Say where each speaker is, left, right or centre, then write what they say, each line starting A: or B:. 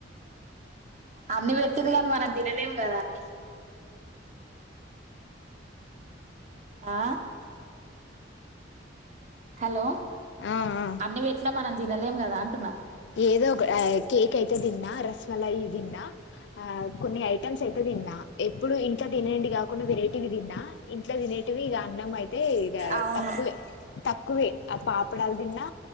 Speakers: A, on the right; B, on the left.
A: అన్నిీ పెట్ది కాని మనం తినలేము కదా అన్నీ ఆ హలో
B: ఆ ఆ
A: అన్ని వెట్నా మనం తినలేం కదా అంటున్నా
B: ఏదో ఒక కేక్ అయితే దిన్నా రసమలయి దిన్నా ఆ కొన్ని ఐటమ్స్ అయితే తిన్నా ఎప్పుడు ఇంట్లో తినండి కాకుండా వెరైటీవి తిన్నా ఇంట్లో తినం వి ఇ అన్నం అయితే ఇక
A: అవును
B: తక్కువే తక్కువే ఆ పాపడాల తిన్నా